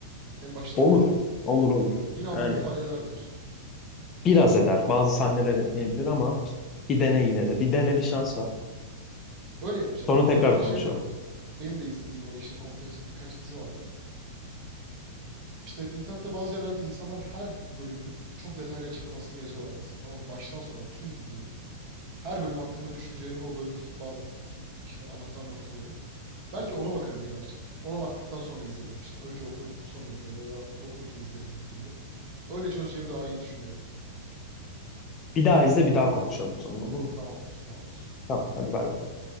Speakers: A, on the right (about 40°); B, on the left (about 30°).
A: En baştan
B: Olur.
A: değil de.
B: Olur olur.
A: Yine anlam
B: Yani
A: ifade eder diyorsun.
B: biraz eder. Bazı sahneler etmeyebilir ama bir dene yine de. Bir dene bir şans ver.
A: Öyle yapacağım
B: Sonra
A: ya.
B: tekrar
A: Ben hatta şeye
B: konuşalım.
A: bakıyordum. Benim de izlediğim böyle işte kompleks birkaç dizi vardı. İşte internette bazı yerlerde insanlar her di- bölümün çok detaylı açıklamasını yazıyorlar mesela. Tamam baştan sona tüm dizinin. Her bölüm hakkında düşüncelerini ve o bölümdeki bazı ki- işte anahtar noktaları. Belki ona bakarım birazcık. Ona baktıktan sonra izlerim. İşte önce okurum, sonra izlerim ya da okurken izlerim gibi gibi. Öyle çözeceğimi daha iyi düşünüyorum.
B: Bir daha izle bir daha konuşalım o zaman olur mu?
A: Tamamdır, tamamdır.
B: Tamam hadi bay bay.